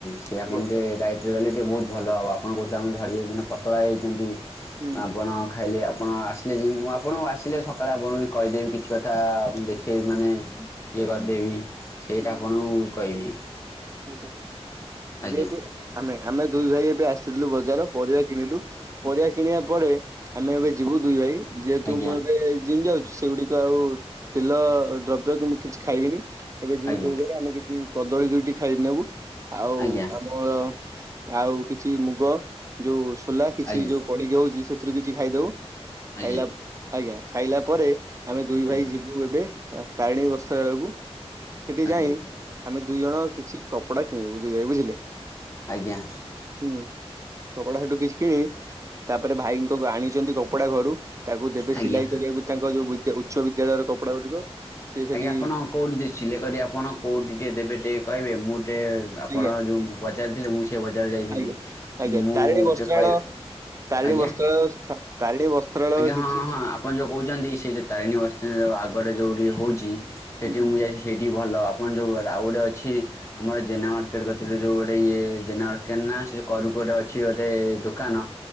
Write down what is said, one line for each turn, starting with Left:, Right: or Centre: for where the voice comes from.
Left: ସେ
Right: ଆଜ୍ଞା
Left: ଆପଣ ଟିକେ ଡାଇଟ ରେ ରହିଲେ ଟିଏ ବହୁତ ଭଲ ହବ ଆପଣ କହୁଥିଲେ ଆମ ଝଡ଼ିଯାଇ ମାନେ ପତଳା ହେଇଯାଛନ୍ତି
Right: ହୁଁ
Left: ଆପଣ ଖାଇଲେ ଆପଣ ଆସିଲେ ଜିମ୍ ମୁଁ ଆପଣଙ୍କୁ ଆସିଲେ ସକାଳେ ଆପଣଙ୍କୁବି କହିଦେବି କିଛିକଥା ଦେଖେଇବି ମାନେ ଇଏ କରିଦେବି। ସେଇଟା
Right: ହୁଁ
Left: ଆପଣଙ୍କୁ କହିବି।
Right: ଆଜ୍ଞା।
Left: ଆଜ୍ଞା
Right: ଯେହେତୁ ଆମେ ଆମେ ଦୁଇ ଭାଇ ଏବେ ଆସିଥିଲୁ ବଜାର, ପରିବା କିଣିଲୁ ପରିବା କିଣିବା ପରେ, ଆମେ ଏବେ ଯିବୁ ଦୁଇଭାଇ। ଯେହେତୁ
Left: ଆଜ୍ଞା
Right: ମୁଁ ଏବେ ଜିମ୍ ଯାଉଛି ସେଗୁଡିକ ଆଉ ତେଲ ଦ୍ରବ୍ୟକି ମୁଁ କିଛି ଖାଇବିନି। ଏବେ ଯିବୁ
Left: ଆଜ୍ଞା
Right: ଦୁଇ ଭାଇ ଆମେକିଛି କଦଳୀ ଦୁଇଟି ଖାଇ ନେବୁ। ଆଉ
Left: ଆଜ୍ଞା
Right: ଆମର ଆଉ କିଛି ମୁଗ ଯୋଉ ସୋଲା କିଛି
Left: ଆଜ୍ଞା
Right: ଯୋଉ ପଡିକି ହୋଉଛି ସେଥିରୁ କିଛି ଖାଇଦବୁ।
Left: ଆଜ୍ଞା
Right: ଖାଇଲା, ଆଜ୍ଞା ଖାଇଲା ପରେ ଆମେ ଦୁଇଭାଇ
Left: ଆଜ୍ଞା
Right: ଯିବୁଏବେ ତାରିଣୀ ବସ୍ତ୍ରାଳୟକୁ ସେଠି
Left: ଆଜ୍ଞା
Right: ଯାଇଁ ଆମେ ଦୁଇଜଣ କପଡା କିଣିବୁ ଦୁଇ ଭାଇ ବୁଝିଲେ।
Left: ଆଜ୍ଞା।
Right: ହୁଁ କପଡା ସେଠୁ କିଛି କିଣି, ତାପରେ ଭାଇଙ୍କ ଆଣିଛନ୍ତି କପଡା ଘରୁ ତାକୁ ଦେବେ
Left: ଆଜ୍ଞା
Right: ସିଲାଇ କରିବାକୁ ତାଙ୍କ ଯୋଉ ବିଦ୍ୟା ଉଚ୍ଚ ବିଦ୍ୟାଳୟର କପଡା ଗୁଡିକ ସେ ସେଠି
Left: ଆଜ୍ଞା ଆପଣ କୋଉଠି ଦେ ସିଲେଇ କରି ଆପଣ କୋଉଠି ଟିକେ ଦେବେ ଟିକେ କହିବେ ମୁଁ ଟିକେ ଆପଣ
Right: ଆଜ୍ଞା
Left: ଯୋଉ ବଜାର ଥିଲେ, ମୁଁ ସେ ବଜାର ଯାଇଥିଲି।
Right: ଆଜ୍ଞା ଆଜ୍ଞା
Left: ମୁଁ
Right: ତାରିଣୀ ବସ୍ତ୍ରାଳୟ
Left: ଟିକେ କହିବେ
Right: ତାରିଣୀ
Left: ଆଜ୍ଞା
Right: ବସ୍ତ୍ରାଳୟ, ସ ତାରିଣୀ ବସ୍ତ୍ରାଳୟ
Left: ଆଜ୍ଞା ହଁ
Right: କିଛି
Left: ହଁ ଆପଣ ଯୋଉ କହୁଛନ୍ତି ସେ ଯେ ତାରିଣୀ ବସ୍ତ୍ରାଳୟ ଆଗରେ ଯେଉଁଠି ହେଉଛି, ସେଇଠି
Right: ହୁଁ
Left: ମୁଁ ଯାଇଚି ଏଠି ଭଲ, ଆପଣ ଯୋଉ ଆଉ ଗୋଟେ ଅଛି ଆମର ଜେନା ମାର୍କଟେ କତିରେ, ଯୋଉ ଗୋଟେ ଇଏ ଜେନା ମାର୍କେଟ୍ ନା ସେ କରକୁ ଅଛି ଗୋଟେ ଦୋକାନ